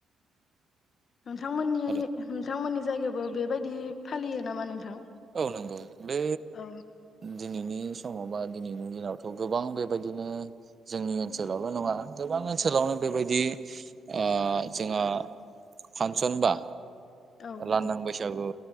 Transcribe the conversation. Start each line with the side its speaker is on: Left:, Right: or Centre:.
Left: नोंथांमोननि
Right: आरो
Left: नोंथांमोननि जायगायावबो बेबायदि फालियो नामा नोंथां
Right: औ नंगौ बे
Left: औ
Right: दिनैनि समाव बा दिनैनि दिनावथ' गोबां बेबायदिनो जोंनि ओनसोलावल' नङा गोबां ओनसोलावनो बेबायदि ओ जोंहा फांसन बा
Left: औ
Right: लांदां
Left: नंगौ
Right: बैसागु